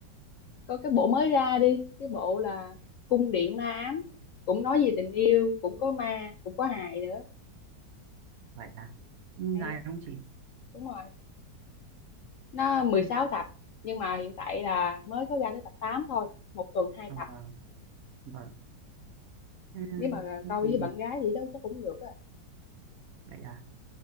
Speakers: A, on the left; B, on the right.
A: có cái bộ mới ra đi cái bộ là cung điện ma ám cũng nói về tình yêu cũng có ma cũng có hài nữa
B: vậy à Ừ,
A: hay
B: dài
A: á.
B: không chị
A: đúng rồi nó 16
B: phim
A: tập nhưng mà hiện tại là mới có ra tới tập 8 thôi một tuần hai
B: à
A: tập
B: vâng vâng Ừ,
A: nếu mà
B: thế
A: coi với
B: thì
A: bạn gái gì đó chắc cũng được á
B: vậy à